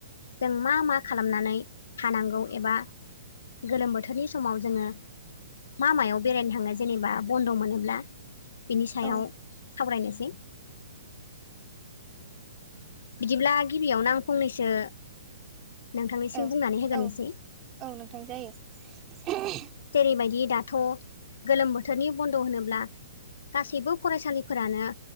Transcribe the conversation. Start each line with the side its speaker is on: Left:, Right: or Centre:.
Left: जों मा मा खालामनानै थानांगौ एबा गोलोम बोथोरनि समाव जोङो म मायाव बेरायनो थाङो जेनेबा। बन्द' मोनोब्ला बिनि सायाव
Right: औ
Left: सावरायनोसै। बिदिब्ला गिबियावनो आं फंनैसो नोंथांनिसिम
Right: औ
Left: बुंनानै होग्रोसै।
Right: औ औ नोंथां जायो। <unintelligible>
Left: जेरैबायदि दाथ' गोलोम बोथोरनि बन्द' होनोब्ला गासैबो फरायसालिफोरानो